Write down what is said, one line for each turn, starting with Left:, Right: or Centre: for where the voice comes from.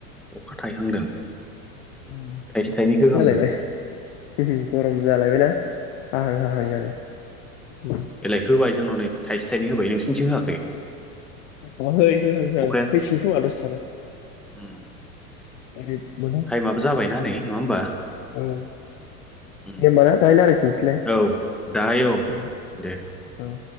Centre: अखा थाइहांदों।
Left: जागोन
Centre: थाइसे थाइनैखो
Left: बायदि जालायबाय
Centre: होहांदो।
Left: <unintelligible> गरम जालायबायना हाहां हाहां जादों।
Centre: एलाय होबाय जोंनाव नै थाइसे थाइनै होबाय। नोंसि निथिं होआखै?
Left: गवाखै होहां होहां
Centre: अखाया
Left: होसिगोन खोमा दसे थाना।
Centre: उम
Left: ओरै <unintelligible>
Centre: टाइमाबो जाबायना नै नङा होमबा
Left: औ
Centre: उम
Left: दे होमबा ना दाहाय लाराय फिनसोलाय
Centre: औ दाहाय औ
Left: ओं
Centre: दे
Left: ओं